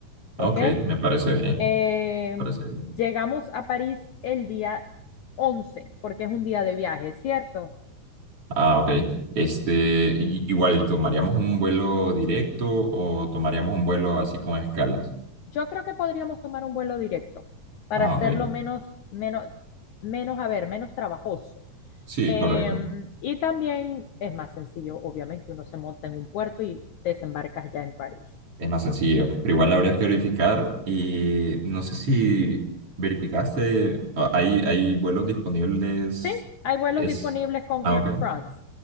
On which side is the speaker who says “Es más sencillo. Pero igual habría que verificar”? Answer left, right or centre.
Right